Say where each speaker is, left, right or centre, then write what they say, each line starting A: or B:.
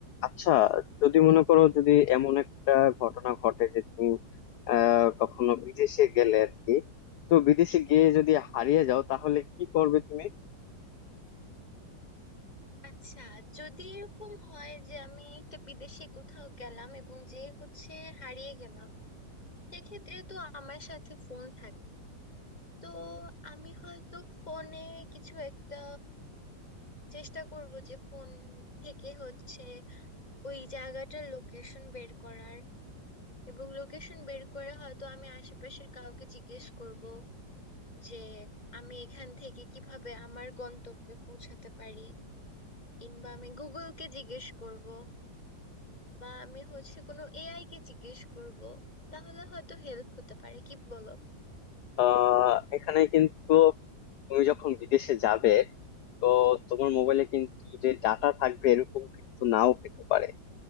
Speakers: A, on the left; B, on the left.
A: আচ্ছা যদি মনে করো যদি এমন একটা ঘটনা ঘটে যে তুমি আহ কখনো বিদেশে গেলে আর কি তো বিদেশে গিয়ে যদি হারিয়ে যাও তাহলে কি করবে তুমি
B: আচ্ছা যদি এরকম হয় যে আমি একটা বিদেশে কোথাও গেলাম এবং যে হচ্ছে হারিয়ে গেলাম সেক্ষেত্রে তো আমার সাথে ফোন থাকে তো আমি হয়তো ফোনে কিছু একটা চেষ্টা করব যে ফোন থেকে হচ্ছে ওই জায়গাটার লোকেশন বের করার এবং লোকেশন বের করে হয়তো আমি আশেপাশের কাউকে জিজ্ঞেস করব যে আমি এখান থেকে কিভাবে আমার গন্তব্যে পৌঁছাতে পারি কিংবা আমি গুগলকে জিজ্ঞেস করব বা আমি হচ্ছে কোনো এআই কে জিজ্ঞেস করব তাহলে হয়তো হেল্প হতে পারে কি বলো
A: আহ এখানে কিন্তু তুমি যখন বিদেশে যাবে তো তোমার মোবাইলে কিন্তু যে ডাটা থাকবে এরকম কিন্তু নাও পেতে পারে